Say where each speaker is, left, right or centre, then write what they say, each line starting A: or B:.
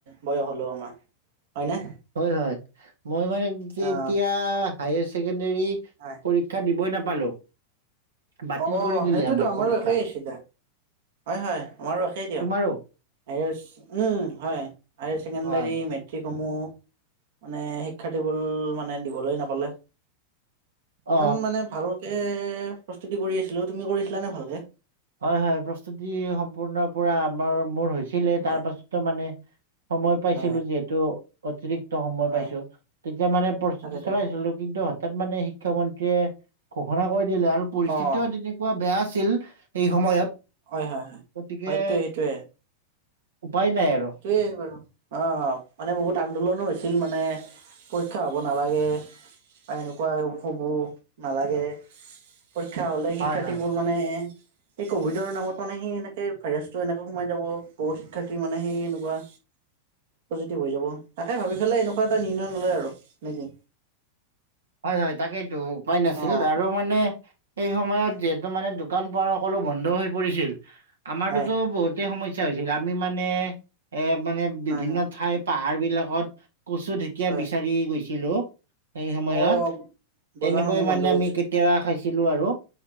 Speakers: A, on the right; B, on the right.
A: বয়স হলো আমাৰ। হয়নে?
B: হয় হয়, মই মানে যে
A: অ
B: এতিয়া হায়ষ্ট ছেকেণ্ডাৰী
A: হয়
B: পৰীক্ষা দিবই নাপালো। বাতিল
A: অ
B: কৰি দিলে
A: সেইটোতো
B: আমাৰ
A: আমাৰো
B: পৰীক্ষা।
A: একেই আছিলে হয় হয় আমাৰো একেই দিয়া,
B: তোমাৰো
A: হায়াচ উম হাই ছেকেণ্ডাৰী
B: হয়
A: মেট্ৰিক মেট্ৰিকসমূহ মানে শিক্ষাৰ্থী বোৰে মানে দিবলৈ নাপালে।
B: অ
A: ইমান মানে ভালকে প্ৰস্তুতি কৰি আছিলোঁ। তুমি কৰিছিলা নে ভালকে?
B: হয় হয় প্ৰস্তুতি সম্পূৰ্ণ পুৰা আমাৰ মোৰ হৈছিলে
A: হয়
B: তাৰ পাছতো মানে সময় পাইছিলোঁ
A: হয়
B: যিহেতু অতিৰিক্ত সময়
A: হয়
B: পাইছোঁ তেতিয়া মানে প্ৰস্তুতি
A: তাকেতো
B: চলাইছিলো কিন্তু হঠাৎ মানে শি মুখ্যমন্ত্ৰীয়ে ঘোষণা কৰি দিলে আৰু পৰিস্থিতিও
A: অ
B: তেনেকুৱা বেয়া আছিল সেই সময়ত।
A: হয় হয় হয়
B: গতিকে,
A: সেইটোৱে সেইটোৱে
B: উপায় নাই আৰু
A: সেইটো এ বাৰু, আ মানে বহুত আন্দোলনো হৈছিল মানে। পৰীক্ষা হ'ব নালাগে বা এনেকুৱা উপো নালাগে। পৰীক্ষা হ'লে শিক্ষাৰ্থীবোৰ
B: হয় হয়
A: মানে এই কভিডৰ নামত মানে সি এনেকে ভাইৰাছ টো এনেকে সোমাই যাব বহু শিক্ষাৰ্থী মানে সেই এনেকুৱা। পজিটিভ হৈ যাব তাকে ভাবি পেলাই এনেকুৱা এটা নিৰ্ণয় ললে আৰু নেকি।
B: হয় হয় তাকেইটো উপায় নাছিল
A: অ
B: আৰু মানে এইেই সময়ত
A: হয়
B: টো মানে দোকান পাৰ সকলো বন্ধ হৈ পৰিছিল আমাৰতোতো
A: হয়
B: বহুত বহুতে সমস্যা হৈছিল আমি মানে এ মানে
A: হয়
B: বিভিন্ন
A: হয়
B: ঠাইত পাহাৰ বিলাকত কচু ঢেকীয়া
A: হয়
B: বিচাৰি গৈছিলো। সেই সময়ত
A: অ
B: তেনেকৈ
A: বজাৰসমূহ
B: মানে
A: বন্ধ হৈ
B: আমি
A: গৈছে
B: কেতিয়াবা খাইছিলো আৰু